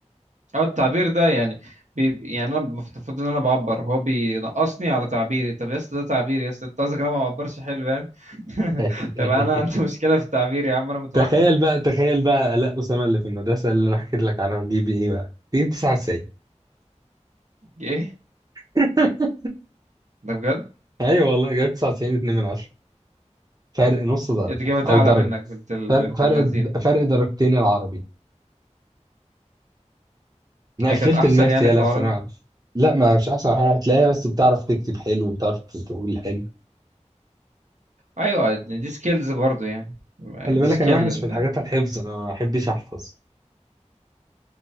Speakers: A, on the right; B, on the right.
A: او التعبير ده يعني بي يعني انا المفروض ان انا بعبر هو بينقصني على تعبيري طب يا اسطى ده تعبيري يا اسطى انت قصدك إن انا ما بعبرش حلو يعني <laughs>
B: <laughs>
A: طب انا عندي مشكله في التعبير يا عم انا متوحد
B: تخيل بقى تخيل بقى لا أسامة اللي في المدرسة اللي أنا حكيت لك عنها جيب إيه بقى؟ جيب 99
A: ايه
B: <laughs>
A: ده بجد
B: أيوه والله جايب 99 2 من 10 فرق نص درجة
A: الاجابه تعلى
B: أو درجة
A: منك بنت ال...
B: فرق
A: بنت
B: فرق
A: اللذين
B: فرق درجتين العربي أنا
A: هي
B: قفلت
A: كانت احسن
B: الماث
A: يعني
B: يالا
A: في العربي
B: في ثانوية عامة لا ما مش أحسن حاجة هتلاقيها بس بتعرف تكتب حلو وبتعرف تقول حلو
A: ايوه دي سكيلز برضو يعني
B: خلي بالك
A: دي سكيل
B: أنا وحش
A: إن-
B: في الحاجات الحفظ أنا ما بحبش أحفظ